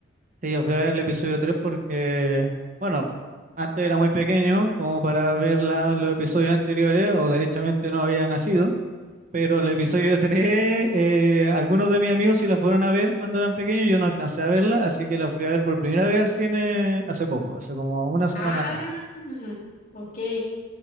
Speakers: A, on the right (about 40°); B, on the left (about 40°).
A: Sí, yo fui a ver el episodio 3 porque, bueno, antes era muy pequeño como para ver la- los episodios anteriores o derechamente no había nacido, pero el episodio
B: <laughs>
A: <laughs> tres eh, algunos de mis amigos sí la fueron a ver cuando eran pequeños, yo no alcancé a verla, así que la fui a ver por primera vez al cine hace poco, hace como una semana
B: Ah,
A: atrás.
B: ok.